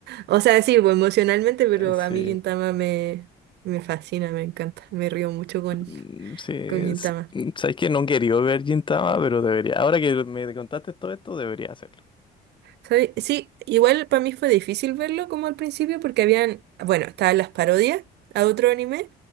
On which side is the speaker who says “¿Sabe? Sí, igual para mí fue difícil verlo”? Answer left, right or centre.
Right